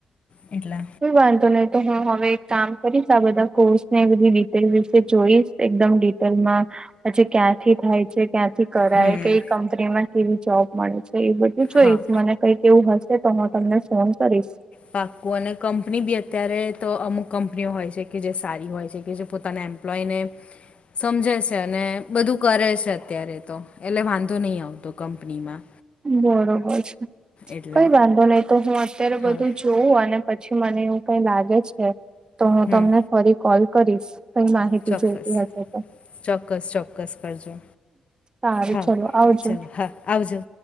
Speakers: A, on the left (about 50°); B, on the right (about 30°).
A: એટલે.
B: કોઈ વાંધો નહી તો હું હવે એક કામ કરીશ આ બધા કોર્સ ને બધી વી તે વિશે જોઈશ એકદમ ડિટેલમાં પછી ક્યાંથી થાય છે ક્યાંથી કરાય
A: હમ
B: કઈ કંપની માં કેવી જોબ મળે છે એ બધુ તું જોઈશ
A: હા
B: મને કઈક એવું હશે તો હું તમને ફોન કરીશ
A: પાક્કું અને કંપની બી અત્યારે તો અમુક કંપનીઓ હોય છે કે જે સારી હોય છે કે જે પોતાના એમ એ્લોયને સમજે છે અને બધું કરે છે અત્યારે તો એટલે વાંધો નહીં આવતો કંપનીમાં
B: બરોબર છે
A: એટલે
B: કઈ વાંધો નહી તો હું અત્યારે
A: હા
B: બધું જ જોવું અને પછી મને એવું કઈ લાગે છે તો હું
A: હમ
B: તમને ફરી કોલ કરીશ કઈ માહિતી
A: ચોક્કસ
B: છે ઇતિહાસ છે તો
A: ચોક્કસ ચોક્કસ કરજો
B: સારું
A: હા
B: ચલો આવજો
A: ચલો હા આવજો